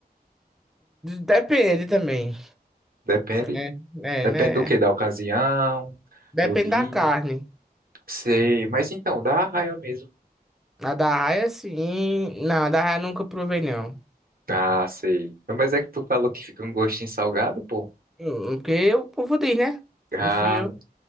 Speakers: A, in the centre; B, on the right.
A: Depende também,
B: Depende.
A: né? É,
B: Depende
A: né?
B: do que? Da ocasião,
A: Depende
B: do dia.
A: da carne.
B: Sei, mas então, dá arraia mesmo.
A: A da arraia, sim. Não, a da arraia nunca provei, não.
B: Ah, sei. Mas é que tu falou que fica um gostinho salgado, pô.
A: Eu- Porque eu, o povo né?
B: Ah,
A: Não fui eu.